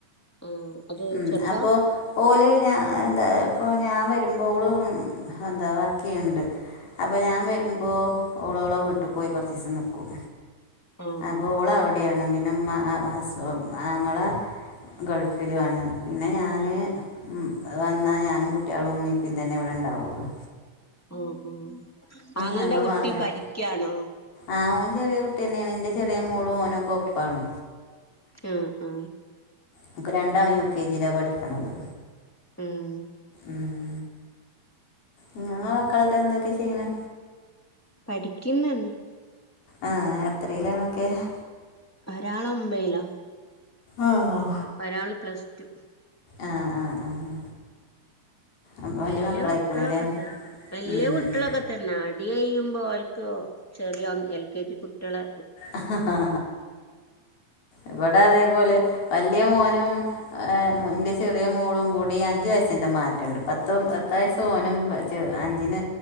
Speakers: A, in the centre; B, on the left.
A: ആ അത്
B: ഉം
A: ചെറുതാ
B: അപ്പൊ ഓല് ഞാ എന്താ ഇപ്പൊ ഞാൻ വരുമ്പോളും ഉം ഹ് എന്താ വർക്കെയ്ണണ്ട് അപ്പൊ ഞാൻ വരുമ്പോ ഓളോള വീട്ടിപോയി കൊറച്ചീസം നിക്കും
A: ആ
B: അപ്പോ
A: ആ
B: ഓളവിടെയാണ് പിന്ന മഅ ഹസു ആങ്ങള ഗൾഫിലു ആണ് പിന്നെ ഞാന്
A: ആ
B: ഉം വന്നാ ഞാനും കുട്ടിയളുമ്മയുപ്പയും തന്നെ ഇവിടെണ്ടാവുള്ളു
A: ഉം ഉം ആങ്ങൾന്റെ
B: ഞങ്ങൾ
A: കുട്ടി
B: മാത്രം
A: പഠിക്കാണോ
B: ആ ഓൻ ചെറിയ കുട്ടിയന്നെയാണെന്റെ ചെറിയ മോളു ഓനൊക്കെ ഒപ്പാണ്
A: അഹ് ആഹ്
B: അൻക്ക് രണ്ടാളും യു കെ ജിയില പഠിക്കണത്
A: ഉം
B: ആഹ് നിങ്ങളെ മക്കളൊക്കെ എന്തൊക്കെ ചെയ്യണെ
A: പഠിക്ക്ന്നയാണ്
B: ആ എത്രയിലാണൊക്കെ ഹ്
A: ഒരാളൊമ്പയ്ല
B: ആഹ
A: ഒരാള് പ്ലസ് ടു
B: ആഹ് ആഹ് ആഹ് അപ്പൊ
A: വല്യ
B: മക്കളായിക്കണല്ലേ
A: കുട്ടിയളൊക്കെ തന്ന വല്യ
B: ഉം
A: കുട്ടിയളൊക്കെ ത പിന്ന അടി അയ്യുമ്പോ ഓൽക്ക് ചെറിയ ഒ എൽ കെ ജി കുട്ടിയളെ
B: അഹ ഹ ഹാ ഇവിടെ അതേപോലെ വല്യ മോനും എ മെ ഇന്റെ ചെറിയ മോളും കൂടി അഞ്ചു വയസിന്റെ മാറ്റണ്ട് പത്തും പത്ത് വയസ്സ് ഓനും ച് അഞ്ചിന്